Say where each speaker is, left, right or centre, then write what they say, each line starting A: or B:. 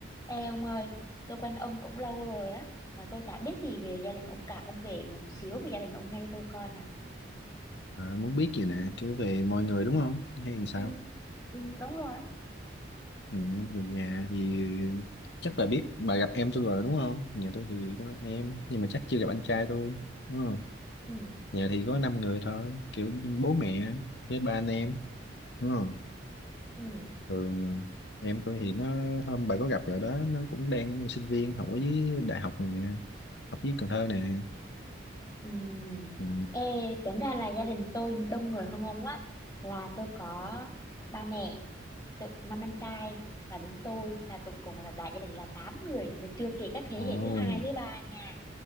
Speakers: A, on the left; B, on the left.
A: Ê ông ơi, tôi quen ông cũng lâu rồi á, mà tôi chả biết gì về gia đình ông cả. Ông kể một xíu về gia đình ông nghe cho tôi coi nào.
B: À, muốn biết gì nè kiểu về mọi người đúng không hay làm sao
A: Ừ, ừ, đúng rồi.
B: ừ, thì nhà thì chắc bà biết bà gặp em tôi rồi đúng không nhà tôi thì có em nhưng mà chắc chưa gặp anh trai tôi đúng không
A: Ừ,
B: nhà thì có năm người thôi kiểu bố mẹ với ba anh em đúng không
A: ừ,
B: thường em tôi thì nó hôm bà có gặp rồi đó nó cũng đang sinh viên học ở dưới đại học nè học dưới Cần Thơ nè
A: ừ.
B: ừ.
A: Ê, tính ra là gia đình tôi đông người hơn ông á. Là tôi có ba mẹ, tự- năm anh trai và đến tôi là tổng cộng là đại gia đình là 8 người. Là chưa kể các thế
B: ồ
A: hệ thứ hai, thứ ba nha.